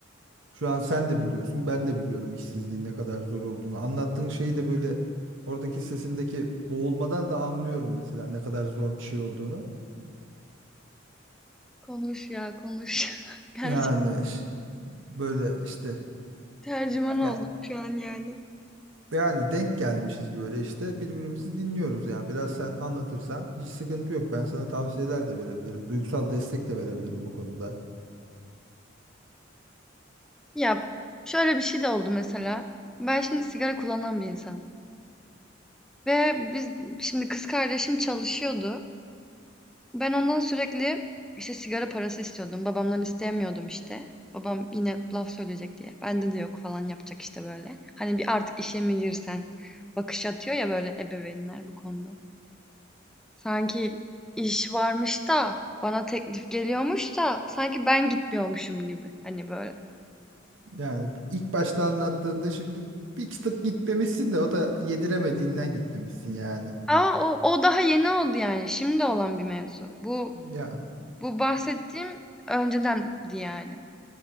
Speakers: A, on the right; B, in the centre.
A: Şu an sen de biliyorsun ben de biliyorum işsizliğin ne kadar zor olduğunu. Anlattığın şeyi de böyle oradaki sesindeki boğulmadan da anlıyorum mesela ne kadar zor bir şey olduğunu.
B: Konuş ya, konuş. <laughs> Tercü-
A: Yani böyle işte
B: Tercüman
A: ya
B: oldum şu an yani.
A: Yani denk gelmişiz böyle işte birbirimizi dinliyoruz ya. Biraz sen anlatırsan hiç sıkıntı yok. Ben sana tavsiyeler de verebilirim. Duygusal destek de verebilirim bu konuda.
B: Ya şöyle bir şey de oldu mesela. Ben şimdi sigara kullanan bir insanım. Ve biz şimdi kız kardeşim çalışıyordu. Ben ondan sürekli işte sigara parası istiyordum. Babamdan isteyemiyordum işte. Babam yine laf söyleyecek diye. Bende de yok falan yapacak işte böyle. Hani bir artık işe mi girsen bakış atıyor ya böyle ebeveynler bu konuda. Sanki iş varmış da, bana teklif geliyormuş da sanki ben gitmiyormuşum gibi, hani, böyle.
A: Yani ilk başta anlattığında şimdi bir tık gitmemişsin de o da yediremediğinden gitmemişsin yani.
B: Ama o o daha yeni oldu, yani, şimdi olan bir mevzu. Bu
A: Ya,
B: bu bahsettiğim öncedendi, yani.